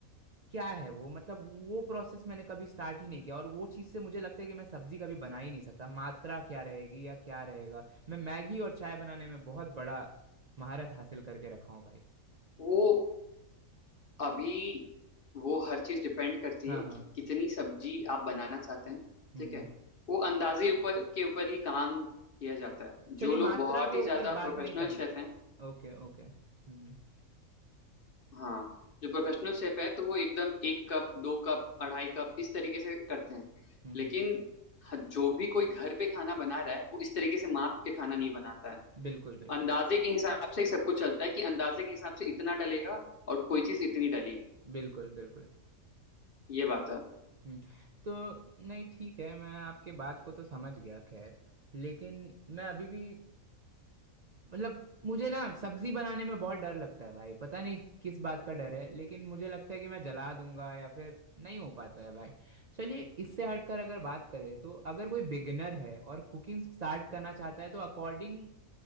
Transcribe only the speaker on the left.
वो अभी वो हर चीज डिपेंड करती
है
कि कितनी सब्जी आप बनाना चाहते हैं
ठीक
है वो अंदाजे ऊपर के ऊपर ही काम किया जाता है
जो लोग
बहुत
ही
ज्यादा
प्रोफेशनल
शेफ हैं
हाँ जो प्रोफेशनल शेफ हैं तो वो एकदम एक कप दो कप अढ़ाई कप इस तरीके से करते हैं
लेकिन
ह- जो भी कोई घर पे खाना बना रहा है वो इस तरीके से माप के खाना नहीं बनाता है
अंदाजे के हिसाब से ही सब कुछ चलता है कि अंदाजे के हिसाब से इतना डलेगा और कोई चीज इतनी डलेगी
ये बात है